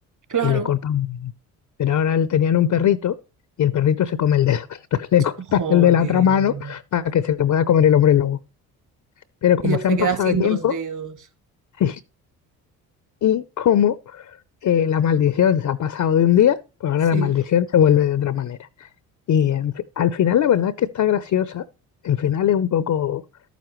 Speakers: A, on the right; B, on the left.
A: Claro.
B: Y le corta un dedo. Pero ahora él tenía un perrito y el perrito se come el dedo. <laughs> Entonces le corta
A: Joder.
B: el de la otra mano para que se le pueda comer el hombre lobo. pero como
A: Y ya se
B: se han
A: queda
B: pasado
A: sin
B: de tiempo
A: dos dedos.
B: <laughs> y como eh, la maldición se ha pasado de un día, pues ahora
A: Sí.
B: la maldición se vuelve de otra manera. Y en fi- al final la verdad es que está graciosa. El final es un poco,